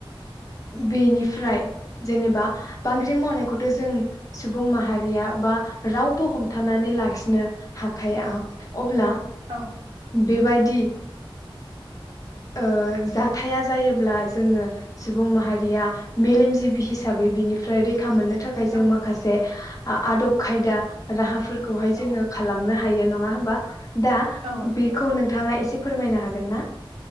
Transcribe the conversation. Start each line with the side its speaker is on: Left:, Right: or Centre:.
Left: बेनिफ्राय जेनेबा बांग्रिं मावनायखौथ' जों सुबुं माहारिया बा रावबो हमथानानै लाखिनो हाखाया अब्ला
Right: औ
Left: बेबायदि ओ जाथाया जायोब्ला जोङो सुबुं माहारिया मेलेमजिबि हिसाबै बिनिफ्राय रैखा मोननो थाखाय जों
Right: औ
Left: माखासे आदब खायदा राहाफोर खौहाय
Right: औ
Left: जोङो
Right: औ
Left: खालामनो हायो नङा होमबा दा
Right: औ
Left: बेखौ नोंथाङा एसे फोरमायनो हागोन ना